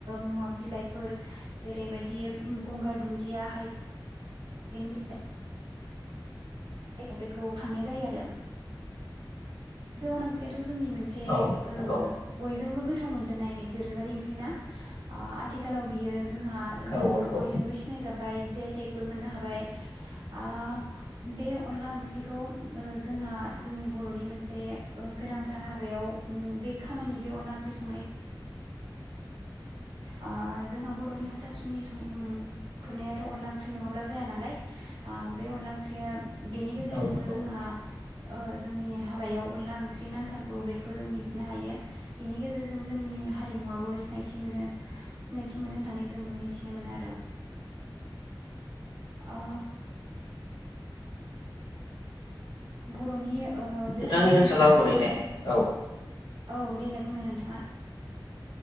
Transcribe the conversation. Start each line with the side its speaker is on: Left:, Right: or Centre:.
Right: मुवा फ बिलाइफोर जेरैबायदि ओ गंगार दुन्दिया हाइ जें बिलाइ बेखौ खांनाय जायो आरो बेवनो ओंख्रियाथ जोंनि मोनसे
Left: औ
Right: ओ
Left: नंगौ
Right: बयजोंबो गोथाव मोनजानाय दोरोंङारि ओंख्रि ना ओ आथिखालाव बियो जोंहा ओ
Left: औ नंगौ
Right: बयजोंबो सिनाय जाब जि आइ टेकबो मोननो हाबाय आ बे अनला ओंख्रिखौ ओ जोंहा जोंनि बरनि मोनसे ओ गोनांथार हाबायाव उम बे खामानि बे अनला ओंख्रि संनाय ओ जोंहा बरनि हाथासुनि सं उम खुरनायाथ अनला ओंख्रि नंङाब्ला जाया नालाय ओ बे अनला ओंख्रिया बेनि गेजेरजोंबो
Left: औ नंगौ
Right: जोंहा
Left: औ
Right: ओ जोंनि हाबायाव अनला ओंख्रि नांथारगौ बेखौ जों मिथिनो हायो बेनि गेजेरजों जोंनि हारिमुवाबो सि नायथि मोनो सिनायथि मोनो होननानै जों मिथिनो मोनो आरो अ बरनि ओ
Left: नोंथांनि
Right: दोरोङारि
Left: ओनसोलाव
Right: ओंख्रिफोरनि
Left: ओरैनो
Right: गेजे
Left: औ
Right: औ देनाय बुंनाय नोंथाङा।